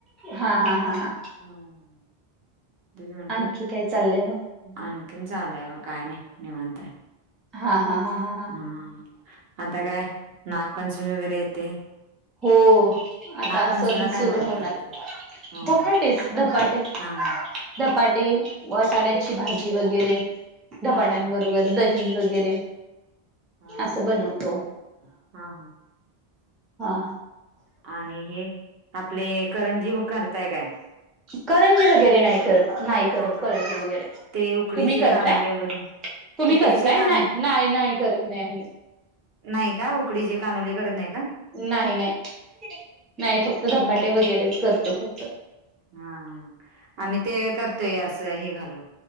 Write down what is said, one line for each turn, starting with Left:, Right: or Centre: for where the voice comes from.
Centre: हा हा हा हा
Right: हम्म ह तथ म्हंटलं
Centre: आणखी काय चाललंय मग
Right: आणखीन चाललंय काय नाही निवांत हाय.
Centre: हा हा हा हा
Right: ह आता काय नागपंचमी वगैरे येते.
Centre: हो आता
Right: नागपंचमीला
Centre: सण
Right: काय
Centre: सुरू
Right: बनवता
Centre: होणार.
Right: तिथं? हं.
Centre: दपाटेच दपाटे.
Right: हां, हां.
Centre: झधपाटे वाटाण्याची भाजी वगैरे धपाट्यांबरोबर
Right: हां, हां, हां,
Centre: दही वगैरे
Right: हा
Centre: असं
Right: हा
Centre: बनवतो
Right: ह हा हा
Centre: हा
Right: आणि हे आपले करंजी करताय काय?
Centre: करंजी वगैरे नाही करत नाही
Right: हां,
Centre: करत
Right: हां.
Centre: करंजी वगैरे,
Right: ते उकडीचे
Centre: तुम्ही करताय?
Right: कानोले वगैरे
Centre: तुम्ही
Right: उकडीचे
Centre: करताय,
Right: कानोले
Centre: नाही नाही नाही करत नाही आम्ही.
Right: नाहीं कां उकडीचे कानोले करत नाही कां?
Centre: नाहीं नाहीं नाहीं फक्तं धपाटे
Right: मो
Centre: वगैरेंच करतों फक्तं
Right: हा आम्हीं ते करतोयं असं घालून